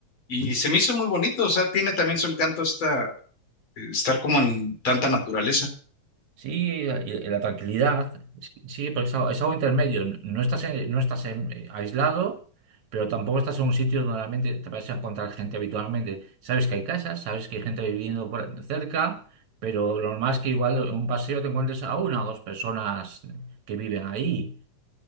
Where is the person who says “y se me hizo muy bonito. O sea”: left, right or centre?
Left